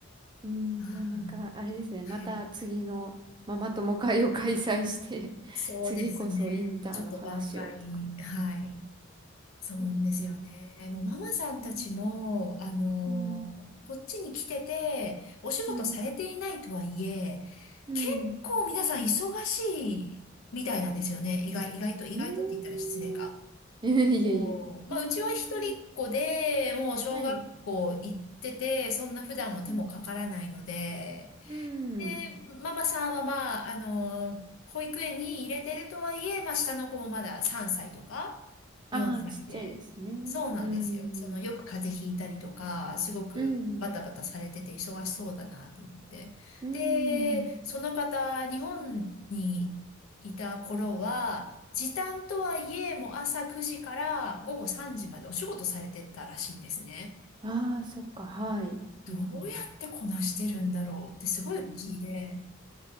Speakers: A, on the right; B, on the left.
A: うんで、
B: あ
A: なんかあれですね、また次のママ友会を開催して
B: あ、はい。
A: <laughs>
B: そうですね。
A: 次こそインターの話をとか。
B: ちょっと挽回、はい。そうなんですよね。
A: うん。うー
B: もうママさんたちも、
A: ん。
B: あのーこっちに来てて、
A: うん。
B: お仕事されていないとはいえ、
A: うん。うん
B: 結構皆さん忙しいみたいなんですよね。意外、意外と、意外とって言ったら失礼か。
A: えー、<laughs> いえいえ。
B: おーまあ、
A: あー
B: うちは一人っ子で、もう小学校行ってて、
A: はい。
B: そんな普段も手もかからないので、
A: うん。うん。
B: で、ママさんはまあ、あの、保育園に入れてるとはいえ、まあ、下の子もまだ3歳とか4歳で、
A: ああ、ちっちゃいですね。
B: そうなんですよ。
A: うん。
B: その、よく風邪ひいたりとか、すごくバタバタされてて忙しそうだなと思って。
A: うん。うん。
B: で、その方、日本にいた頃は、時短とはいえ、もう朝9時から午後3時までお仕事されてたらしいんですね。
A: ああ、そっか、はい。
B: どうやってこなしてるんだろうってすごい不思議で。
A: うん